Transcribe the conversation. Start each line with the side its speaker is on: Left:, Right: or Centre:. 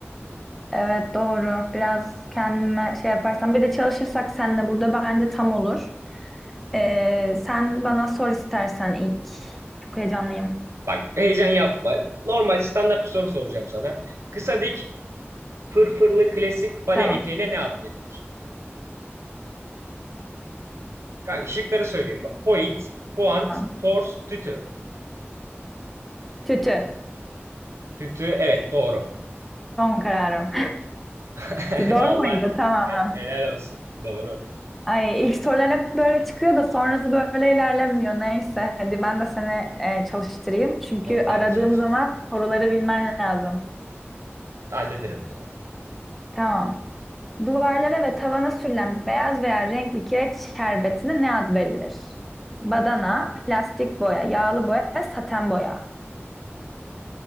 Centre: Evet doğru biraz kendime şey yaparsam bir de çalışırsak seninle burada bence tam olur.
Right: Hı
Centre: Ee,
Right: hı.
Centre: sen bana sor istersen ilk. Çok heyecanlıyım.
Right: Bak heyecan yapma. Normal standart bir soru soracağım sana. Kısa dik fırfırlı klasik bale
Centre: Tamam
Right: eteğine ne ad verilir? Kanka şıkları söyleyeyim. Point, puant,
Centre: tamam.
Right: tors, tütü.
Centre: Tütü
Right: Tütü evet doğru.
Centre: son kararım.
Right: <laughs>
Centre: <laughs> Doğru
Right: Vallahi
Centre: muydu? Tamam.
Right: he- helal olsun. Doğru.
Centre: Ay ilk sorular hep böyle çıkıyor da sonrası böyle ilerlemiyor. Neyse hadi ben de seni e, çalıştırayım. Çünkü
Right: Tabii ben
Centre: aradığım
Right: de çalışayım.
Centre: zaman soruları bilmen lazım.
Right: Hallederim ya.
Centre: Tamam. Duvarlara ve tavana sürülen beyaz veya renkli kireç şerbetine ne ad verilir? Badana,
Right: Hmm.
Centre: plastik boya, yağlı boya, saten boya.